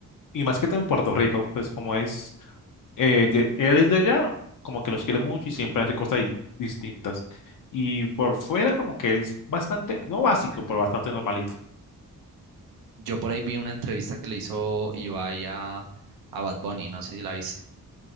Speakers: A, on the left; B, on the right.
A: y más que todo en Puerto Rico, pues como es. eh, de- él es de allá, como que los quiere mucho y siempre hace cosas di- distintas. Y por fuera como que es bastante, no básico, pero bastante normalito.
B: Yo por ahí vi una entrevista que le hizo Ibai a, a Bad Bunny, no sé si la viste.